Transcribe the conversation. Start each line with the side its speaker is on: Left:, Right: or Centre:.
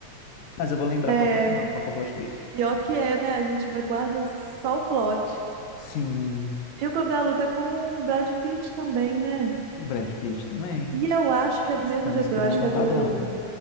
Left: Mas eu vou lembrar
Right: É.
Left: qual que é o final, qual que é o plot twist.
Right: Pior que é, né? A gente vai guarda só o plot.
Left: Sim.
Right: E o Clube da Luta é com o Brad Pitt também, né?
Left: O Brad Pitt também.
Right: E eu acho que é do
Left: Estamos
Right: mesmo diretor,
Left: criando
Right: eu acho que
Left: um
Right: é
Left: padrão.
Right: do,